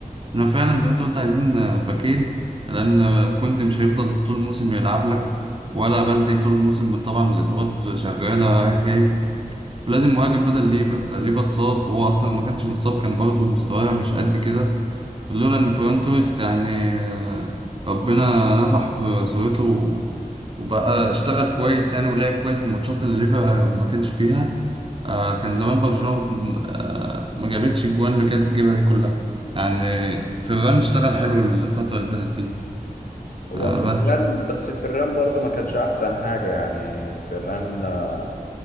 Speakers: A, on the right (about 35°); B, on the left (about 70°).
A: احنا فعلا زي ما انت قلت عايزين آه، باكين لان آه، كوندي مش هيفضل طول الموسم يلعب لك ولا بالدي طول الموسم طبعا الاصابات شغاله رايح جاي ولازم مهاجم بدل ليفا انت ليفا اتصاب وهو اصلا ما كانش متصاب كان برضه مستواه مش قد كده لولا ان فران توريس يعني آه، ربنا نفح في صورته و- وبقى اشتغل كويس يعني ولعب كويس الماتشات اللي ليفا ما كانش فيها آه، كان زمان برشلونة آه، ما جابتش الجوان اللي كانت تجيبها دي كلها يعني فران اشتغل حلو الفترة اللي فاتت دي
B: هو
A: آه،
B: فران
A: بس
B: بس فران برضو ما كانش احسن حاجة يعني فران آه،